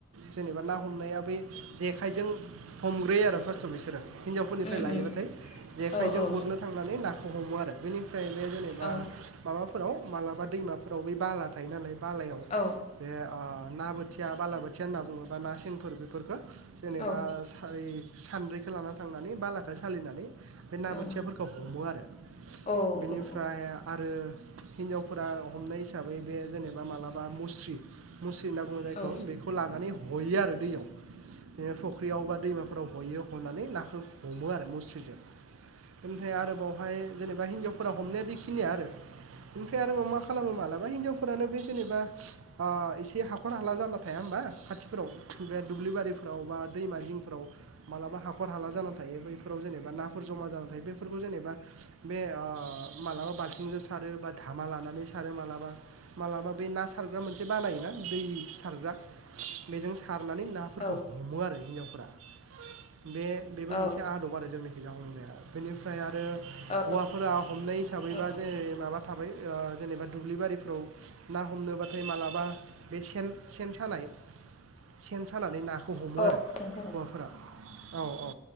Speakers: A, on the right (about 80°); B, on the left (about 35°).
A: जेनेबा ना हमनाया बै जेखाइजों हमग्रोयो आरो फार्स्टआव बिसोरो। हिनजावफोरनिफ्राय
B: उम
A: लायोबाथाय
B: उम
A: जेखाइजों
B: औ औ
A: गुरनो थांनानै ना हमो आरो बेनि ओमफ्राय बे जेनेबा
B: औ
A: माबा फोराव मालाबा दैमाफोराव बे बाला थायो नालाय बालायाव
B: औ
A: बे ओ ना बो थिया बालाबोथिया ना बुङोबा ना सेंफोर बेफोरफोरखौ जेनेबा
B: औ
A: साय सान्द्रैखौ लाना थांनानै बालाखौ सालिनानै बे ना
B: औ
A: बोथियाफोरखौ हमो आरो।
B: औ
A: बेनिफ्राय
B: औ
A: आरो हिनजावफोरा हमनाय हिसाबै बे जेनेबा मालाबा मुस्रि मुस्रि होनना बुङो जायखौ
B: औ
A: बेखौ लानानै हयो आरो दैयाव। बे फ ख्रियाव बा दैमाफोराव हयो हनानै ना हमो आरो मुस्रिजों। ओमफाय आरो बावहाय बिदिनो बा हिन्जावफोरा हमनाया बेखिनिया आरो। ओमफ्राय आरोबाव मा खालामो मालाबा हिनजावफोरानो बे जेनेबा ओ एसे हाखर हाला जाना थाया होमबा? खाथिफोराव थुबा दुब्लि बारिफोराव बा दैमा जिंफोराव मालाबा हाखर हाला जाना थायो बैफोराव जेनेबा नाफोर जमा जानानै थायो बे फोरखौ जेनेबा बे ओ मालाबा आथिंजों सारो बा धामा लानानै सारो। मालाबा मालाबा बे ना सारग्रा मोनसे बानायोना दै सारग्रा बेजों सारनानै नाफोरखौ
B: औ
A: हमो आरो हिनजावफोरा। बे बेबो मोनसे
B: औ
A: आदब आरो जोंनि। <inaudible> बेनिफ्राय आरो
B: औ
A: हौवाफोरा हमनाय हिसाबैबा
B: औ
A: जे माबा थाबाय ओ जेनेबा दुब्लि बारिफ्राव ना हमनोबाथाय मालाबा बे सेन सेन सानाय। सेन सानानै ना खौ हमो
B: औ
A: आरो
B: सेन सानाय
A: हौवाफोरा। औ औ